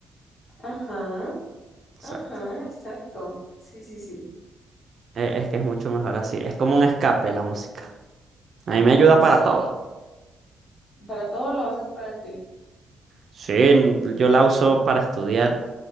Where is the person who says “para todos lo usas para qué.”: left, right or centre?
Left